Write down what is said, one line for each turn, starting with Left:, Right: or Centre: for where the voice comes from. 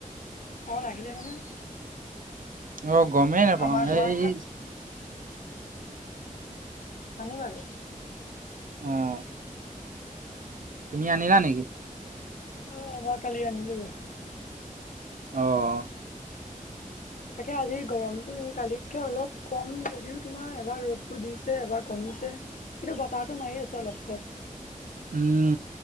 Left: চাউল আহিলে নহয়।
Right: অ' গ'মেই নেপাওঁ
Left: আমাৰ তোমাৰ
Right: এই
Left: শনিবাৰে।
Right: অঁ। তুমি আনিলা নেকি?
Left: অ' মই কালি আনিলোগে।
Right: অঁ।
Left: তাকে, আজি গৰমটো কালিতকৈ অলপ কম যদিও তোমাৰ এবাৰ ৰ'দটো দিছে এবাৰ কমিছে কিন্তু বতাহটো মাৰি আছোঁ অলপ চলপ।
Right: উম,